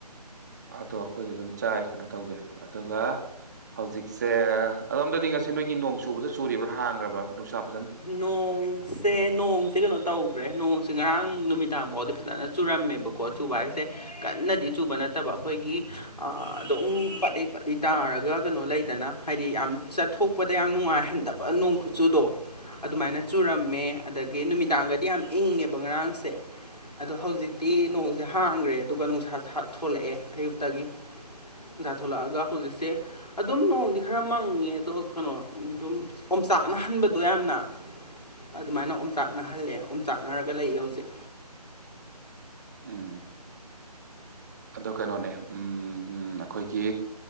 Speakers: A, on the right; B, on the left.
A: ꯑꯗꯣ ꯑꯈꯣꯏꯗꯤ ꯑꯗꯨꯝ ꯆꯥꯏ ꯀꯩꯅꯣ ꯇꯧꯗꯦ ꯑꯗꯨꯒ ꯍꯧꯖꯤꯛꯆꯦ ꯑꯗꯣꯝꯗꯗꯤ ꯉꯁꯤ ꯅꯣꯏꯒꯤ ꯅꯣꯡ ꯆꯨꯕꯗꯣ ꯆꯨꯔꯤꯕ꯭ꯔꯥꯥ ꯍꯥꯡꯒ꯭ꯔꯕ ꯅꯨꯡꯁꯥꯞ
B: ꯅꯣꯡ ꯆꯦ ꯅꯣꯡꯁꯦ ꯀꯩꯅꯣ ꯇꯧꯒ꯭ꯔꯦ ꯅꯣꯡꯁꯦ ꯉꯔꯥꯡ ꯅꯨꯃꯤꯗꯥꯡ ꯕꯥꯎꯗꯤ ꯐꯖꯅ ꯆꯨꯔꯝꯃꯦꯕ ꯀꯣ ꯆꯨꯕ ꯍꯥꯏꯁꯦ ꯀꯟꯅꯗꯤ ꯆꯨꯕ ꯅꯠꯇꯕ ꯑꯈꯣꯏꯒꯤ ꯑꯥ ꯑꯗꯨꯝ ꯄꯠꯏ ꯄꯠꯂꯤ ꯇꯥꯔꯒ ꯀꯩꯅꯣ ꯂꯩꯗꯅ ꯍꯥꯏꯗꯤ ꯌꯥꯝ ꯆꯠꯊꯣꯛꯄꯗ ꯌꯥꯝ ꯅꯨꯡꯉꯥꯏꯍꯟꯗꯕ ꯅꯣꯡ ꯈꯨꯆꯨꯗꯣ ꯑꯗꯨꯃꯥꯏꯅ ꯆꯨꯔꯝꯃꯦ ꯑꯗꯒꯤ ꯅꯨꯃꯤꯗꯥꯡꯒꯗꯤ ꯌꯥꯝ ꯏꯪꯉꯦꯕ ꯉꯔꯥꯡꯁꯦ ꯑꯗꯣ ꯍꯧꯖꯤꯛꯇꯤ ꯅꯣꯡꯁꯦ ꯍꯥꯡꯒ꯭ꯔꯦ ꯑꯗꯨꯒ ꯅꯣꯡꯁꯥ ꯁꯥ ꯊꯣꯂꯛꯑꯦ ꯑꯌꯨꯛꯇꯒꯤ ꯇꯨꯅ ꯊꯣꯂꯛꯑꯒ ꯍꯧꯖꯤꯛꯁꯦ ꯑꯗꯨꯝ ꯅꯣꯡꯗꯤ ꯈꯔ ꯃꯪꯉꯦ ꯑꯗꯣ ꯀꯅꯣ ꯑꯗꯨꯝ ꯑꯣꯝꯆꯥꯛꯅꯍꯟꯕ ꯗꯣ ꯌꯥꯝꯅ ꯑꯗꯨꯃꯥꯏꯅ ꯑꯣꯝꯆꯥꯛꯅꯍꯜꯂꯦ ꯑꯣꯝꯆꯥꯛꯅꯔꯒ ꯂꯩꯌꯦ ꯍꯧꯖꯤꯛ
A: ꯎꯝ ꯑꯗꯣ ꯀꯩꯅꯣꯅꯦ ꯎꯝ ꯎꯝ ꯑꯩꯈꯣꯏꯒꯤ